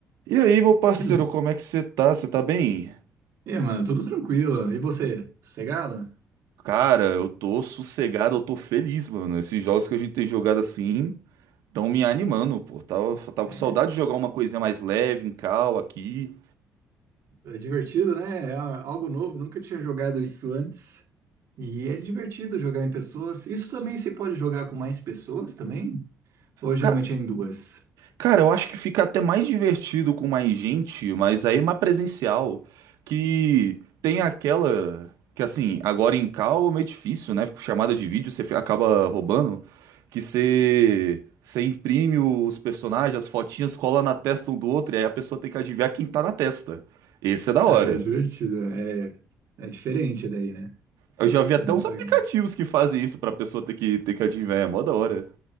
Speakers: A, on the right; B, on the right.
A: E aí, meu parceiro,
B: Hum.
A: como é que você tá? Você tá bem?
B: E, aí, mano, tudo tranquilo. E você, sossegado?
A: Cara, eu tô sossegado, eu tô feliz, mano. Esses jogos que a gente tem jogado assim estão me animando, pô. Tava, tava
B: É,
A: com saudade de jogar uma coisinha mais leve, em cal aqui.
B: É divertido, né? É algo novo, nunca tinha jogado isso antes. E é divertido jogar em pessoas. Isso também se pode jogar com mais pessoas também? Ou geralmente
A: Ca-
B: é em duas?
A: Cara, eu acho que fica até mais divertido com mais gente, mas aí é mais presencial. Que tem aquela. Que assim, agora em call é meio difícil, né? Com chamada de vídeo você fi- acaba roubando. Que você. Você imprime os personagens, as fotinhas, cola na testa um do outro, e aí a pessoa tem que adivinhar quem tá na testa. Esse é da
B: Ah,
A: hora.
B: é divertido. É, é diferente daí, né?
A: Eu já vi até
B: Muito
A: uns aplicativos
B: legal.
A: que fazem isso pra pessoa ter que, ter que adivinhar, é mó da hora.